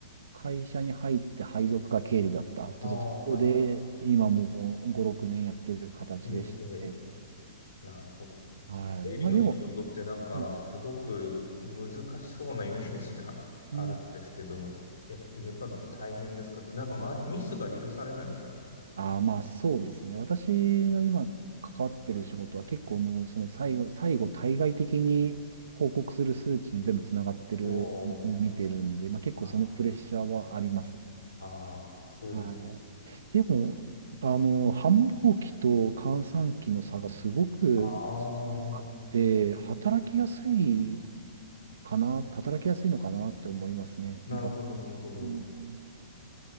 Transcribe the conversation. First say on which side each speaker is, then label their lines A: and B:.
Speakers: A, on the right; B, on the left.
A: 会社に入って配属が経理だったってところで、
B: ああ、はいは
A: 今もう5、6年やってる形でして、
B: い。ええええなるほど。
A: はい。
B: 経理の仕事ってなんかすごく難しそうなイメージが
A: まあでも、う
B: <laughs> あるんですけど、
A: ん
B: いや、やっぱり大変ですかなんか、ま、ミスが許されないですよね。
A: ああ、まあそうですね。私が今関わってる仕事は結構もうその最後、最後対外的に報告する数値に全部つながってる、
B: お
A: 見てるんで、
B: お、
A: まあ結構そのプレッシャーはあります。
B: はい。ああ、そうですよね。
A: はい。でも、あの、繁忙期と閑散期の差がすごく
B: ああ。
A: あって、働きやすいかな、働きやすいのかなって思いますね。
B: なるほど、
A: 意外。
B: なるほど。
A: うん、